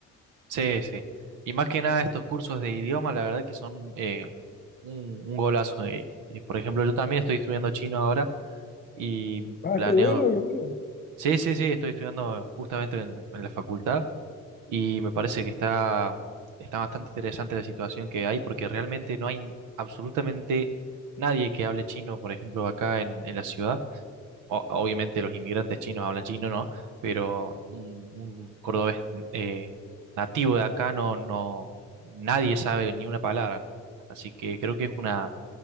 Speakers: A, on the right; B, on the left.
A: sí, sí. Y más que nada estos cursos de idioma, la verdad que son eh, un, un golazo. eh, eh, por ejemplo, yo también estoy estudiando chino ahora y
B: Ah,
A: planeo
B: qué bueno, qué bueno.
A: Sí, sí, sí, estoy estudiando justamente en, en la facultad y me parece que está, está bastante interesante la situación que hay porque realmente no hay absolutamente nadie que hable chino, por ejemplo, acá en, en la ciudad. O- obviamente los inmigrantes chinos hablan chino, ¿no? Pero un, un cordobés eh, nativo de acá no, no, nadie sabe ni una palabra. Así que creo que es una,